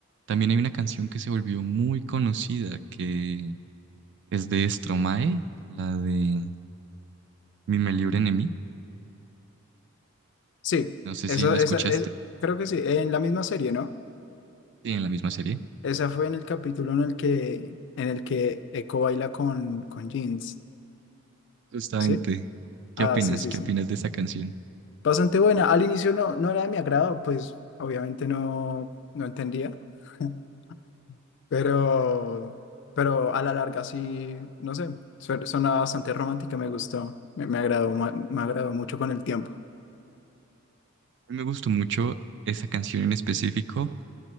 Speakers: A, on the right; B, on the left.
A: también hay una canción que se volvió muy conocida que es de Stromae, la de Mi me libren en mí.
B: Sí,
A: No sé
B: esa,
A: si la escuchaste,
B: esa es, creo que sí, en la misma serie, ¿no?
A: sí, en la misma serie.
B: Esa fue en el capítulo en el que, en el que Echo baila con, con Jeans,
A: Justamente,
B: ¿sí? Ah,
A: ¿qué opinas?
B: sí, sí,
A: ¿Qué
B: sí.
A: opinas de esa canción?
B: Bastante buena. Al inicio no, no era de mi agrado, pues obviamente no, no entendía. <laughs> Pero, pero a la larga sí, no sé, su- suena bastante romántica, me gustó, me, me agradó, ma- me, agradó mucho con el tiempo.
A: A mí me gustó mucho esa canción en específico.